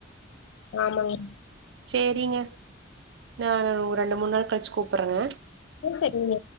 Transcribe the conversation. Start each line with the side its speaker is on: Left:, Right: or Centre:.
Left: ஆமாங்க
Right: செரிங்க நா ஒ ரெண்டு மூணு நாள் கழிச்சு கூப்பற்றங்க
Left: ஆ செரிங்க